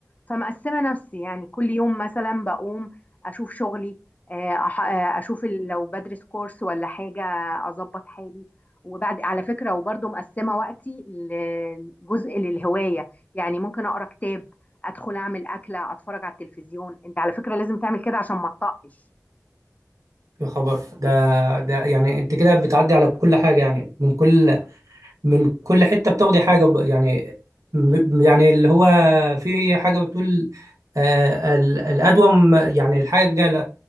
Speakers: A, on the left; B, on the right.
A: فمقسمه نفسي يعني كل يوم مثلا بقوم اشوف شغلي آه، أح- آه، اشوف ال- لو بدرس كورس ولا حاجه اظبط حالي وبعد على فكره وبرضه مقسمه وقتي لجزء للهوايه يعني ممكن اقرا كتاب ادخل اعمل اكله اتفرج على التلفزيون انت على فكره لازم تعمل كده عشان ما تطقش
B: يا خبر ده ده يعني انت كده بتعدي على كل حاجه يعني من كل من كل حته بتاخدي حاجه ب- يعني م- يعني اللي هو في حاجه بتقول آه، ال- الادوم يعني الحاجه ال-